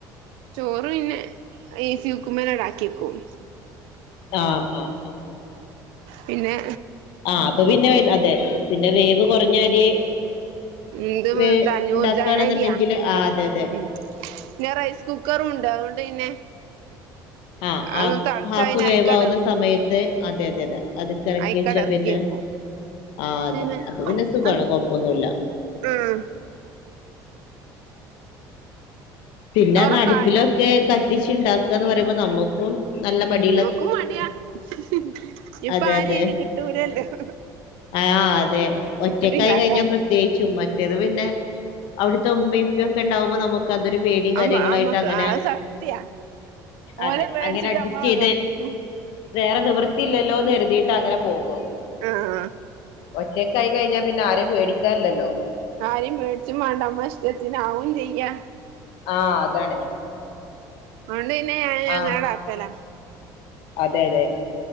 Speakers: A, on the right; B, on the left.
A: ചോറ് പിന്നെ ഏ സി കുക്കുമ്പേ ആക്കി വക്കും!
B: ആഹ് ആഹ് ആഹ!
A: പിന്നെ...
B: ആഹ് അപ്പൊ പിന്നെ അതെ, പിന്നെ വേവ് കുറഞ്ഞ അരി...
A: എന്ത്
B: വേ
A: എന്താ അഞ്ഞൂറ്
B: ഉണ്ടാക്കുകയാണെന്നുണ്ടെങ്കില്
A: ജനരിയാ
B: ആഹ് അതെ അതെ
A: ഉം... പിന്നെ റൈസ് കുക്കറും ഉണ്ട്! അതുകൊണ്ട് പിന്നെ...
B: ആ
A: അത്
B: ആ
A: തളച്ച
B: ഹാഫ്
A: അതിന്
B: വേവ്
A: അയിക്കട
B: ആവുന്ന സമയത്ത് അതെ അതെ അതെ! ! അത്ക്കെറക്കി
A: അയിക്കട
B: വച്ചാ
A: ഇറക്കി
B: പിന്നെ,
A: വെക്കും
B: ആ അതെ
A: പിന്നെ
B: അതു പിന്നെ സുഖമാണ്
A: അത്
B: കൊഴപ്പൊന്നുമില്ല.
A: ഉം...
B: പിന്നെ
A: ചോറൊക്കെ
B: അങ്ങ് അടുപ്പിലൊക്കെ
A: ആയോ
B: കത്തിച്ച് ഉണ്ടാക്കുകാന്നു പറയുമ്പോ നമുക്കും നല്ല മടി....
A: നമ്മക്കും മടിയാ ഹ്ഹ് ഹ ഇപ്പ
B: അതെ
A: ആരെയും
B: അതെ
A: അതിനു കിട്ടൂലല്ലോ! !
B: ആഹ് അതെ ഒറ്റക്കായി
A: ഉണ്ടാക്കാന്
B: കഴിഞ്ഞ... പ്രത്യേകിച്ചും മറ്റേത് പിന്നെ, അവിടുത്തെ ഉമ്മയും, ഉപ്പയും ഒക്കെ ഉണ്ടാവുമ്പോ നമുക്ക്.... അതൊരു പേടിയും കാര്യങ്ങളായിട്ട്
A: അമ്മ അമ്മക്ക്
B: അങ്ങനെ
A: അത് സത്യാ ഓലെ
B: അതെ!
A: പേടിച്ചിട്ട്
B: അങ്ങനെ അഡ്ജസ്റ്റ്
A: നമ്മള്
B: ചെയ്ത്...
A: കത്തിക്കും
B: വേറെ നിവൃത്തിയില്ലല്ലോന്ന് കരുതിയിട്ട് അങ്ങനെ പോകും.
A: ആഹ്!
B: ഒറ്റക്കായി കഴിഞ്ഞാ പിന്നെ ആരെയും പേടിക്കാനില്ലല്ലോ! !
A: ആരും മേടിച്ചും വേണ്ട മ്മ ഇഷ്ടത്തിന് ആവും ചെയ്യ..
B: ആഹ്! അതാണ്!
A: അതൊണ്ട്ന്നെ ഞാഞങ്ങാട
B: ആഹ്
A: ആക്കല..
B: അതെ അതെ!